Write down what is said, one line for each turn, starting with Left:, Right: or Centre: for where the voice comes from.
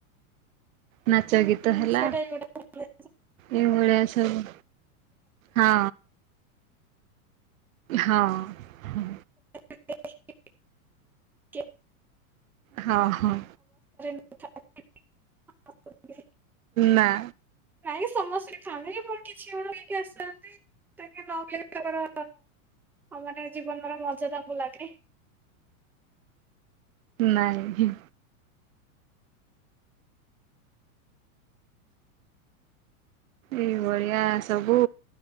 Right: ନାଚ
Centre: ହୁଁ
Right: ଗୀତ
Centre: ହୁଁ
Right: ହେଲା
Centre: ସେଇଟା ବି ଗୋଟେ
Right: ଏଭଳିଆ ସବୁ ହଁ। ହଁ ହଁ।
Centre: <unintelligible>
Right: ହଁ ହଁ
Centre: ା <unintelligible>
Right: ନାଆ
Centre: ନାଇଁ ସମସ୍ତ ଫ୍ୟାମିଲି ମୋର କିଛିମାନେ ଆସିଥାନ୍ତି ତାକେ ନହଲେ ତାଙ୍କର ମାନେ ଜୀବନର ମଜା ତାଙ୍କୁ, ଲାଗେ
Right: ନାଇଁ, ଏଇ ଭଳିଆ ସବୁ